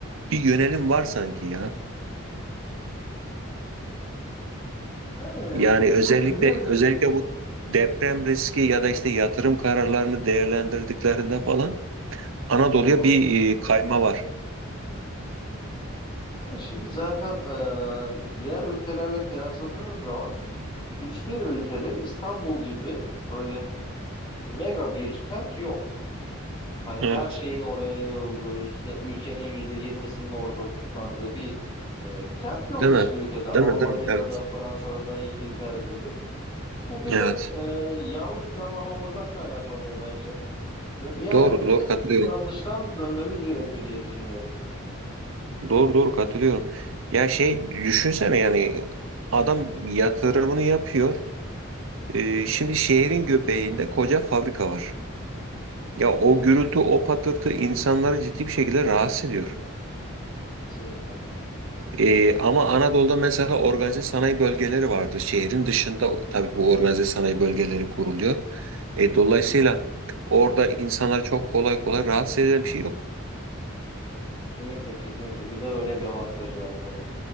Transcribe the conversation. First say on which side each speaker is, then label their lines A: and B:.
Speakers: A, on the right (about 70°); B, on the left (about 25°).
A: bir yönelim var sanki ya.
B: Yani
A: Yani
B: e,
A: özellikle
B: hani biliyorsun
A: özellikle bu deprem riski ya da işte yatırım kararlarını değerlendirdiklerinde falan Anadolu'ya
B: Hı hı.
A: bir e, kayma var.
B: Yani şimdi zaten e, diğer ülkelerle kıyasladığınız zaman hiçbir ülkede İstanbul gibi böyle mega bir kent yok. Hani
A: Evet.
B: her şeyin oraya yığıldığı, işte ülkenin yüzde yirmisinin orada toplandığı bir e, kent yok
A: Değil
B: hiçbir
A: mi?
B: ülkede.
A: Değil
B: Almanya'da
A: mi? Değil mi? Evet.
B: da, Fransa'da da, İngiltere'de de. Bu bizim
A: Evet.
B: e, yanlış planlamamızdan kaynaklanıyor bence. Ve bir an
A: Doğru,
B: önce de
A: doğru
B: bu
A: katılıyorum.
B: yanlıştan dönmemiz gerekiyor diye düşünüyorum.
A: Doğru doğru katılıyorum. Ya şey düşünsene yani adam yatırımını yapıyor. Ee,
B: Hı
A: şimdi
B: hı.
A: şehrin göbeğinde koca fabrika var. Ya o gürültü, o patırtı insanları ciddi bir şekilde rahatsız ediyor.
B: Kesinlikle.
A: Ee, ama Anadolu'da mesela organize sanayi bölgeleri vardır. Şehrin dışında tabii bu organize sanayi bölgeleri kuruluyor. E, dolayısıyla orada insanlar çok kolay kolay rahatsız eden bir şey yok.
B: Kesinlikle, kesinlikle. Bir de öyle bir avantajı var tabii.